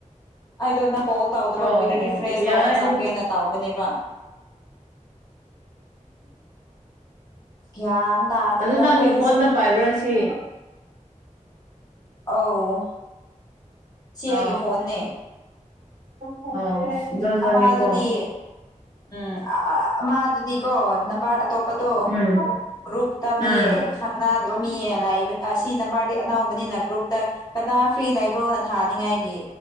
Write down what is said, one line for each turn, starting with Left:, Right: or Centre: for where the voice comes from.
Left: ꯑꯩꯗꯣ ꯅꯪ ꯀꯣꯜ ꯇꯧꯗꯕ
Right: ꯑꯣ
Left: ꯀꯨꯏꯔꯦ
Right: ꯑꯣ
Left: ꯔꯤꯐ꯭ꯔꯦꯁ
Right: ꯌꯥꯏ
Left: ꯇꯧꯕ ꯆꯪꯒꯦꯅ
Right: ꯑꯗꯨ
Left: ꯇꯥꯎꯕꯅꯦꯕ ꯒ꯭ꯌꯥꯟ ꯇꯥꯗ꯭ꯔꯦꯗ
Right: ꯑꯗꯨ ꯅꯪꯒꯤ
Left: ꯑꯩꯈꯣꯏꯒꯤꯁꯦ
Right: ꯐꯣꯟꯗ ꯄꯥꯏꯕ꯭ꯔꯥꯁꯤ
Left: ꯑꯧ ꯁꯤ
Right: ꯑ
Left: ꯑꯩꯒꯤ ꯐꯣꯟꯅꯦ
Right: ꯑꯣ ꯖꯥꯖꯅꯤ
Left: ꯑꯃꯗꯨꯗꯤ
Right: ꯀꯣ
Left: ꯎꯝ ꯑꯃꯗꯨꯗꯤꯀꯣ ꯅꯝꯕꯔ ꯑꯇꯣꯞꯄꯗꯣ
Right: ꯎꯝ
Left: ꯒ꯭ꯔꯨꯞꯇ ꯃꯤ
Right: ꯎꯝ
Left: ꯈꯪꯅꯗꯕ ꯃꯤꯌꯦ ꯂꯥꯛꯏꯕ ꯁꯤ ꯅꯝꯕꯔꯗꯤ ꯑꯅꯧꯕꯅꯤꯅ ꯒ꯭ꯔꯨꯞ ꯀꯅꯥ ꯐ꯭ꯔꯤ ꯂꯩꯕ꯭ꯔꯣꯅ ꯊꯥꯅꯤꯉꯥꯏꯒꯤ